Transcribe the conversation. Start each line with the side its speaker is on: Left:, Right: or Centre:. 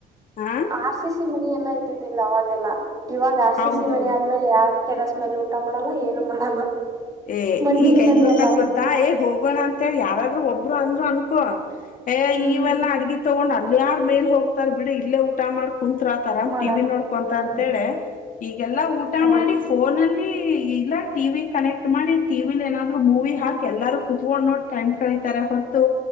Left: ಹಾ
Right: ಆರ್ ಸಿ ಸಿ ಮನ ಎಲ್ಲಾ ಇದ್ದಿದ್ದಿಲ್ಲ ಅವಾಗೆಲ್ಲ ಇವಾಗ ಆರ್ ಸಿ
Left: ಹೌದೌದು
Right: ಸಿ ಮನಿ ಆದ್ಮೇಲೆ ಯಾರ ಟೆರಸ್ ಮೇಲೆ ಊಟ ಮಾಡಲ್ಲ ಏನು ಮಾಡಲ್ಲ
Left: ಏ
Right: ಮಣ್ಣಿನ
Left: ಈಗ ಹೆಂಗ
Right: ಮನಿ
Left: ಬೇಕತ್
Right: ಅಲ್ಲ ಅವಾಗೆಲ್ಲ
Left: ಗೊತ್ತಾ ಏ ಹೋಗೋಣ ಅಂತ ಹೇಳಿ ಯಾರಾದ್ರೂ ಒ ಒರು ಅಂದ್ರು ಅನ್ಕೋ ಏ
Right: ಹ್ಮ್
Left: ಇವೆಲ್ಲಾ ಅಡ್ಗ ತೊಗೊಂಡ್ ಅಲ್ಲಿ ಮೇಲೆ ಹೋಗ್ತಾರ ಬಿಡ ಇಲ್ಲೇ ಊಟ ಮಾಡ್ಕೊಂಡು ಕುಂತ್ತ್ರ ಆ ತರಾಮ್
Right: ಮಾಡಲ್ಲ
Left: ಟಿ ನೋಡ್ಕೊಂತ
Right: ಹ್ಮ್
Left: ಅಂತೇಳೆ ಈಗೆಲ್ಲಾ ಊಟ
Right: ಹೌದು
Left: ಮಾಡಿ ಫೋನಲ್ಲಿ ಇ ಇಲ್ಲ ಟಿವಿ ಕನೆಕ್ಟ್ ಮಾಡಿ ಟಿಲಿ ಏನಾದ್ರು ಮೂವಿ ಹಾಕಿ ಎಲ್ಲಾರೂ ಕುೂತ್ಕೊಂಡ್ ನೋ ಟೈಮ್ ಕಳಿತಾರೆ ಹೊತ್ತು